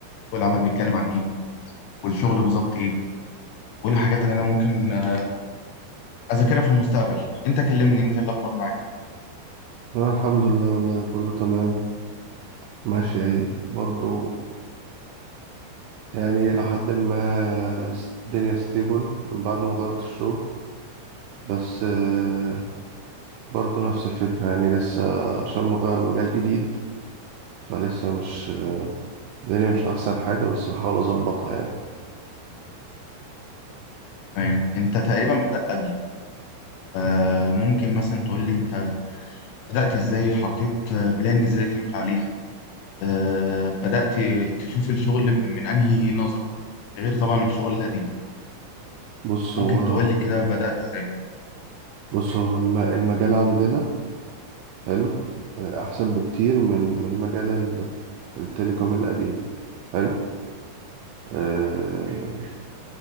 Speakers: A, on the left; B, on the right.
A: والعمل بيتكلم عن ايه والشغل بالظبط ايه وايه الحاجات اللي انا ممكن آه، اذاكرها في المستقبل انت كلمني انت ايه الاخبار معاك
B: أنا الحمد لله والله كله تمام ماشي ايه برضو يعني إلى حد ما س- الدنيا ستيبل من بعد ما غيرت الشغل بس آه، برضو نفس الفكرة يعني لسه عشان مغير مجال جديد فلسه مش الدنيا مش أحسن حاجة بس بحاول أظبطها يعني
A: تمام انت تقريبا بدات قبلي آه ممكن مثلا تقول لي انت بدات ازاي حطيت آه، بلان ازاي تمشي عليها آه بدات تشوف الشغل من من انهي نظره غير طبعا الشغل القديم
B: بص هو
A: ممكن تقول لي كده بدأت ازاي
B: بص هو الم- المجال عندنا حلو آه، أحسن بكتير من من مجال التليكوم القديم حلو آه،